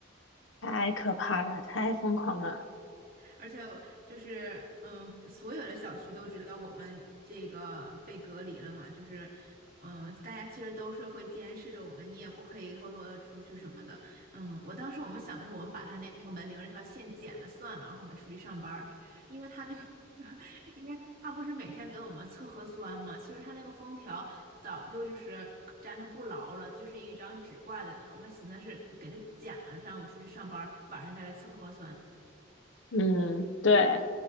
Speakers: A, on the left; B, on the right.
A: 太可怕了，太疯狂了，
B: 而且就是嗯，所有的小区都知道我们这个被隔离了嘛，就是嗯，大家其实都是会监视着我们，你也不可以偷偷的出去什么的。嗯，我当时我们想的是，我们把他那个门铃那条线剪了算了，然后我们出去上班儿，因为他那个。<laughs> 因为他不是每天给我们测核酸嘛，其实他那个封条早就就是粘的不牢了，就是一张纸挂在那儿。我们寻思是给他剪了，这样我们出去上班晚上再来测核酸。
A: 嗯，对，